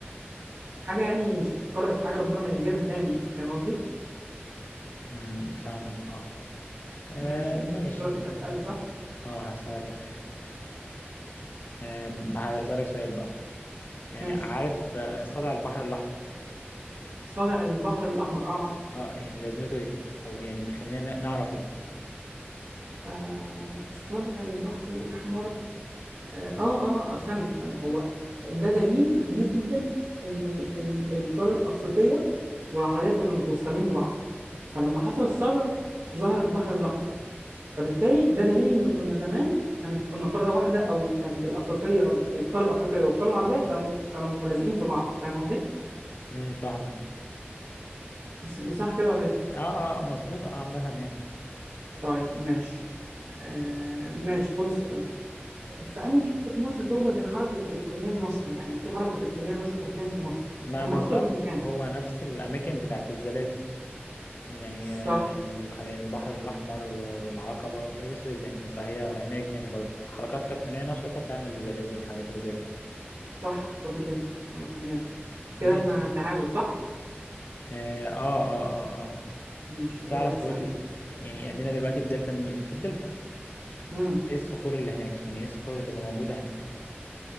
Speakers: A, on the right; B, on the left.
A: حاجه يعني مش هتتكرر حاجه ربنا ما يجيبها تاني يعني فاهم قصدي
B: مم، فاهمك اه آه،
A: ماشي
B: ماشي
A: دورك انت تسالني صح
B: اه هسألك أنا يعني آه هسألك سؤال بقى يعني
A: ماشي
B: عارف آه، صدع البحر الأحمر
A: صلع البحر الاحمر اه عارف
B: اه يعني لازمته ايه او يعني بيخلينا ن- نعرف ايه
A: آه الصدع البحر الأحمر آه آه آه آه، استنى استنى هو ده دليل كبير جدا إن كان القارة الأفريقية والعربية كانوا متوصلين ببعض فلما حصل الصدع ظهر البحر الأحمر فبالتالي ده دليل إن كنا زمان كانت كنا قارة واحدة أو كانت الأفريقية القارة الأفريقية والقارة العربية كانوا كانوا ملازقين في بعض فاهم قصدي؟
B: امم فاهمك
A: مش مش صح كده ولا إيه؟
B: اه اه آه، مظبوط اه عامة يعني
A: طيب ماشي آه ماشي خد السؤال ده في انهي حته في مصر توجد الحركه التكتونيه النشطه يعني في حركه تكتونيه نشطه فين في مصر
B: ما
A: هم
B: بالظبط
A: اكتر من مكان
B: هو نفس الأماكن بتاعت الزلازل يعني
A: صح
B: آه، ال- الخليج- البحر الأحمر و- والعقبة وخليج السويس يعني فهي هناك يعني برضو حركات تكتونية نشطة بتعمل الزلازل والحاجات اللي زي كده
A: صح شاطر جدا عامه جامد كده
B: ماشي
A: احنا
B: اه
A: تعادل صح
B: اه اه اه آه.
A: ماشي
B: تعرف
A: دورك اسال
B: تقول لي يعني ادينا دلوقتي في دلتا النيل في الدلتا
A: امم
B: ايه الصخور اللي هناك يعني ايه الصخور اللي تبقى موجودة هناك